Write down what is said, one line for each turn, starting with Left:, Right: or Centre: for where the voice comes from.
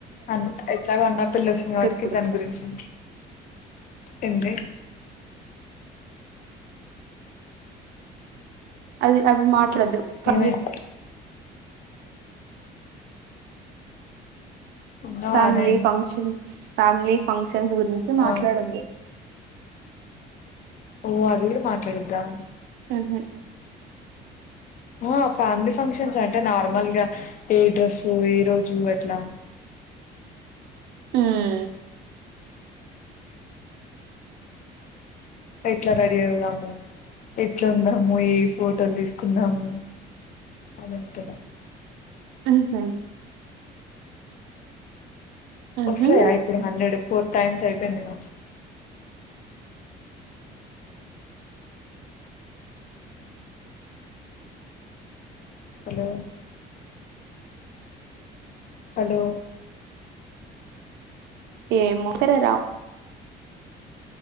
Left: ఆన్ ఎట్లాగో అన్న పెళ్లి వస్తుంది వాటికి
Right: ఇప్పుడు
Left: దాని గురించి ఏంది
Right: అది అవి మాట్లాడద్దు ఫ్యామిలీ
Left: ఏమైంది ఉన్నావానే
Right: ఫ్యామిలీ ఫంక్షన్స్ ఫ్యామిలీ ఫంక్షన్స్ గురించి మాట్లాడద్దు
Left: ఆ ఓ అది కూడా మాట్లాడద్దా
Right: ఉహూ
Left: ఆ ఫ్యామిలీ ఫంక్షన్స్ అంటే నార్మల్ గా ఏ డ్రెస్సు ఏ రోజు ఎట్లా.
Right: ఉమ్
Left: ఎట్లా రెడీ అవుదాము ఎట్లా ఉందము ఏ ఫోటోలు తీసుకుందాము. అదకిన
Right: ఆహ ఉహు
Left: వస్తాయా ఇప్పుడు హండ్రెడ్ ఫోర్ టైమ్స్ అయిపోయిందిను హలో హలో
Right: ఏమో సరే రా